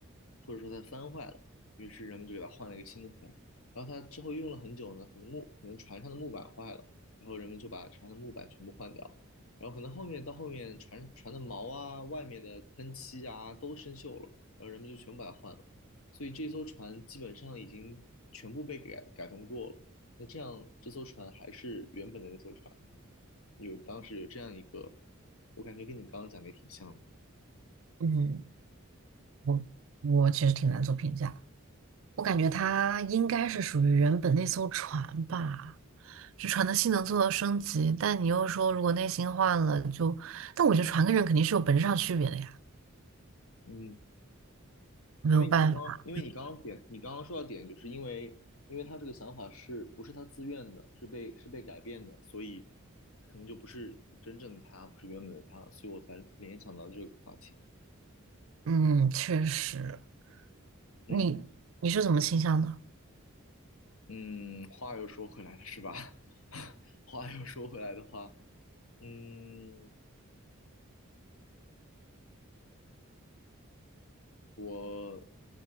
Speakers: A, on the left; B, on the right.
A: 或者说它的帆坏了，于是人们就给它换了一个新的帆。然后它之后用了很久呢，可能木，可能船上的木板坏了，然后人们就把船上的木板全部换掉。了。然后可能后面到后面船船的毛啊、外面的喷漆啊都生锈了，然后人们就全部把它换了，所以这艘船基本上已经全部被改改动过了。那这样这艘船还是原本的那艘船吗？有当时有这样一个，我感觉跟你刚刚讲的也挺像的。
B: 嗯，我我其实挺难做评价的我感觉他应该是属于原本那艘船吧，这船的性能做了升级，但你又说如果内心换了，但我觉得船跟人肯定是有本质上区别的呀，
A: 嗯。
B: 没有办法。
A: 因为你刚刚，因为你刚刚点，你刚刚说到点，就是因为，因为他这个想法是不是他自愿的，是被是被改变的，所以可能就不是真正的他，不是原本的他，所以我才联想到这个话题。
B: 嗯，确实，
A: 嗯
B: 你你是怎么倾向的？
A: 嗯，话又说回来了，是吧？<laughs> 话又说回来的话，嗯，我